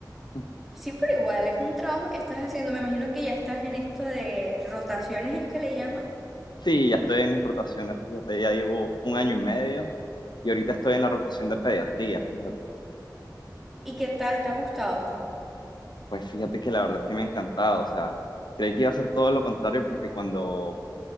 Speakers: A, on the left; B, in the centre.
A: <laughs>
B: Sí, pero igual, es un trabajo que estás haciendo. Me imagino que ya estás en esto de rotaciones, es que le llaman.
A: Sí, ya estoy en mis rotaciones, fíjate, ya llevo un año y medio y ahorita estoy en la rotación de pediatría, fíjate.
B: ¿Y qué tal? ¿Te ha gustado?
A: Pues fíjate que la verdad es que me ha encantado, o sea, creí que iba a ser todo lo contrario porque cuando